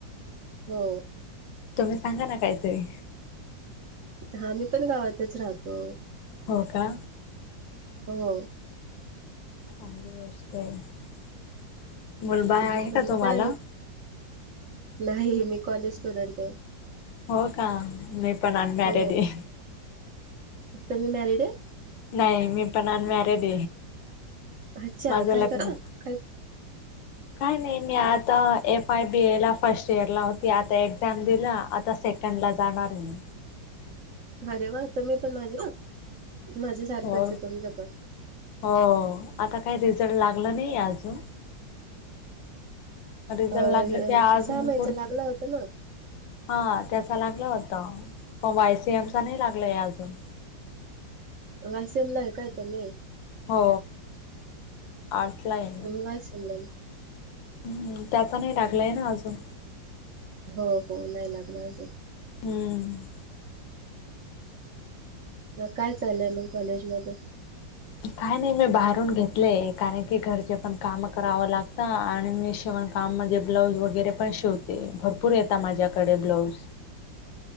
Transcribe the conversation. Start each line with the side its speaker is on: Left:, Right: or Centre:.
Right: हो
Left: तुम्ही सांगा ना काहीतरी
Right: हा मी पण गावातच राहतो
Left: हो का
Right: हो
Left: चांली गोष्ट आहे मुलबाळ
Right: मी
Left: आहे
Right: पण
Left: का तुम्हाला
Right: काय नाही मी कॉलेज स्टुडंट आहे
Left: हो का मी पण अनमॅरेड
Right: हो.
Left: ये
Right: तुम्ही मॅरिड आहेत
Left: नाही मी पण अनम्यारेड
Right: अच्छा.
Left: माझं
Right: काय
Left: लग्न
Right: कर <unintelligible>
Left: काय नाही मी आता एफ आय बी ए ला फर्स्ट इयर ला होती आता एक्झाम दिला आता सेक त्यांला जाणार ये
Right: अरे वा तुम्ही पण माझ माझ्यासारखंच
Left: हो
Right: तुमचं पण
Left: हो आता काही रिझल्ट लागलं नाही अजून रिझल्ट
Right: अ,
Left: लागलं की आज
Right: महिन्याचा
Left: पुडत
Right: लागला होता ना?
Left: हा त्याचा लागला होत पण वायसीएम चा नाही लागलंय अजून
Right: वायसीएमला आहे काय तुम्ही
Left: हो आर्ट्स आहे
Right: <unintelligible>
Left: हम् त्याचा नाही लागलाय ना अजून
Right: हो हो नाही लागलं अजून
Left: हम्म
Right: काय चालय मग कॉलेजमध्ये
Left: काय नाही मी बाहेरून घेतलेय कारण की घरचे पण काम करावं लागत आणि मी शिवण काम म्हणजे ब्लाऊज वगैरे पण शिवते भरपूर येता माझ्याकडे ब्लाऊज